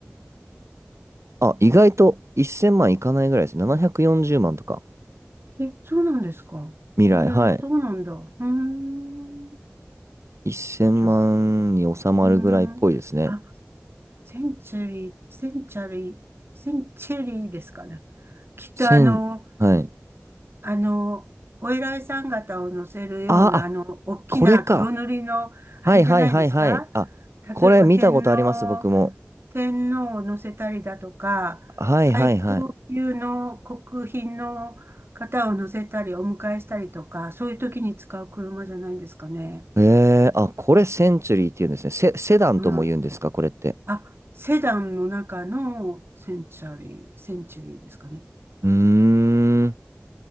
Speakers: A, on the right; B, on the right.
A: あ、意外と1000万いかないぐらいです。740万とか。
B: え、そうなんですか。
A: 未来、
B: へえ、
A: はい。
B: そうなんだ。うーん。
A: 1000万に収まるぐらいっぽいですね。
B: ちょ、うーん。あ、センチュリー、センチャリー、センチュリーですかね。きっとあの、
A: 1000、はい。
B: あの、お偉いさん方を乗せるような、
A: ああ、
B: あの、大きな黒塗りの、
A: これか。
B: あれじゃないですか
A: はいはいはいはい。あ、これ見たことあります、
B: 例えば天皇、
A: 僕も。
B: 天皇を乗せたりだとか、
A: はいはいはい。
B: 最高級の国賓の方を乗せたり、お迎えしたりとか、そういう時に使う車じゃないんですかね。
A: えー、あ、これセンチュリーって言うんですね。セ、セダンとも言うんですか、
B: うん。
A: これって。
B: あ、セダンの中のセンチャリー、センチュリーですかね。
A: うーん。